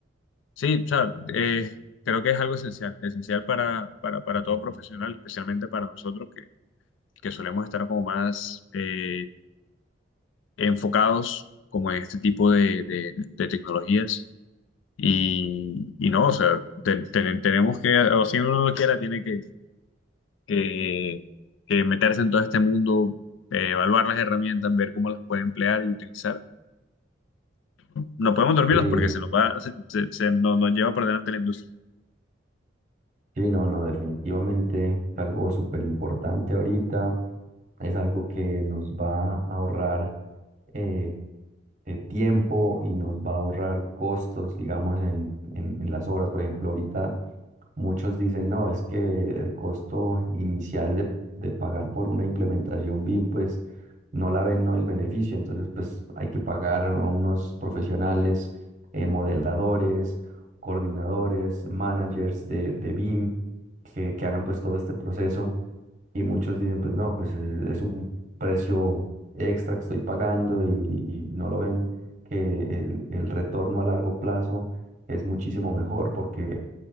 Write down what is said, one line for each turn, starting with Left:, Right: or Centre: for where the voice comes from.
Left: Sí, o sea, eh, creo que es algo esencial, esencial para, para, para todo profesional, especialmente para nosotros que, que solemos estar como más eh, enfocados como en este tipo de, de- de tecnologías. Y, y no, o sea, te- te- tenemos que, o si uno no lo quiera, tiene que, que, que meterse en todo este mundo, eh, evaluar las herramientas, ver cómo las puede emplear y utilizar. No podemos dormirnos
Right: Eh,
Left: porque se nos va, se, se- se nos nos lleva por delante la industria.
Right: sí, no, no, definitivamente es algo súper importante ahorita. Es algo que nos va a ahorrar eh, eh, tiempo y nos va a ahorrar costos, digamos, en, en en las obras. Por ejemplo, ahorita Muchos dicen, no, es que el costo inicial de, de pagar por una implementación BIM, pues no la ven, no el beneficio. Entonces, pues hay que pagar a unos profesionales, eh, modeladores, coordinadores, managers de, de BIM, que, que hagan pues todo este proceso. Y muchos dicen, pues no, pues eh, es un precio extra que estoy pagando y, y no lo ven que el, el retorno a largo plazo es muchísimo mejor porque